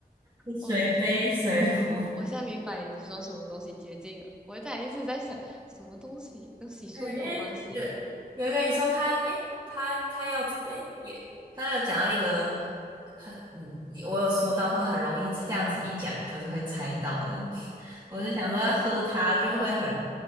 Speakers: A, on the right; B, in the centre.
A: <laughs> 水杯、
B: 我明
A: 水壶，
B: 我现在明白你说什么东西洁净了。我在一直在想，什么东西跟洗漱又有关系？
A: 嗯，因为有有一个你说他，诶，他他要诶，也他有讲到一个很，嗯，你我有说到说很容易这样子一讲就是会猜到的，<laughs> 我就想说要喝它就会很